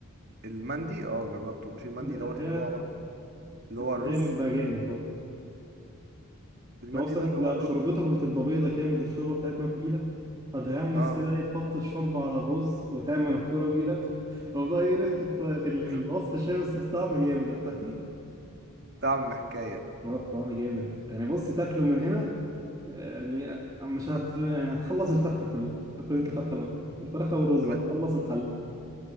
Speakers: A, on the right (about 50°); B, on the right (about 20°).
A: المندي اه جربته مش المندي
B: ده
A: دوت
B: الحقيقة
A: اللي هو عباره اللي
B: الحقيقة
A: هو الرز
B: بيبقى جامد برضه
A: المندي
B: لو اصلا
A: ده اللي
B: لو
A: هو الرز
B: شوربتهم بتبقى بيضة كده مش الشوربة بتاعتنا تقيلة هتغمس
A: اه
B: كده ايه تحط الشوربة على الرز وتعمل الكورة بإيدك الموضوع يقرف في الط- في الوصف
A: <laughs>
B: شوية بس الطعم جامد <laughs> الحقيقة
A: طعم حكايه
B: هو الطعم جامد يعني بص تاكله من هنا يعني مش هت يعني هتخلص الفرخة كلها تاكل انت فرخة لوحدك الفرخة والرز
A: طب
B: هتخلص الحل